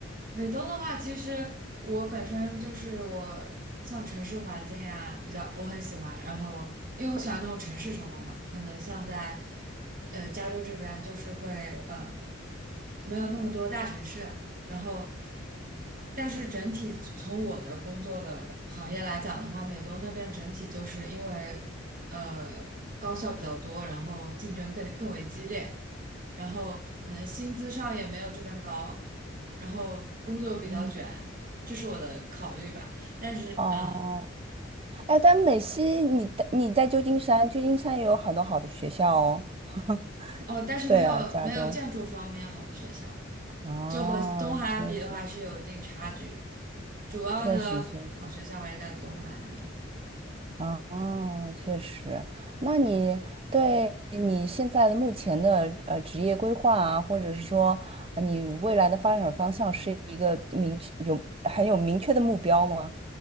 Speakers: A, on the right; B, on the right.
A: 美东的话，其实我本身就是我像城市环境啊，比较我很喜欢。然后因为我喜欢那种城市生活嘛，可能像在呃加州这边就是会呃没有那么多大城市，然后，但是整体从我的工作的行业来讲的话，美东那边整体就是因为呃高校比较多，然后竞争更更为激烈，然后可能薪资上也没有这边高，然后工作比较卷，
B: 嗯，
A: 这是我的考虑吧。但是嗯
B: <laughs> 哦，哎，但美西你在你在旧金山，旧金山也有很多好的学校哦。<laughs>
A: 哦，但是没有没有建筑方面好的学校。
B: 对啊，加州。哦，
A: 就和东海岸比的话是有一定差距，
B: 确实。
A: 主要的好学校还是在东海岸，
B: 确实，确实，
A: 因为
B: 哦，确实。那你对你现在的目前的呃职业规划啊，或者是说呃你未来的发展方向，是一个明确有很有明确的目标吗？